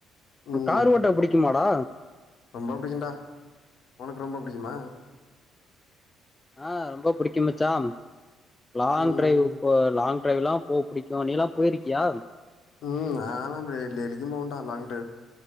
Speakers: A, on the left; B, on the left.
A: உனக்கு
B: ம்
A: காரு ஓட்ட புடிக்குமாடா?
B: ரொம்ப புடிக்குண்டா உனக்கு ரொம்ப புடிக்குமா?
A: ஆ ரொம்ப புடிக்கு மச்சா லாங்
B: ம்
A: ட்ரைவ் போ லாங் ட்ரைவ்லா போக புடிக்கு நீ எல்லா போயிருக்கியா?
B: ம் நால்லா இப்டி டெயிலிக்கும் போவண்டா லாங் ட்ரைவ்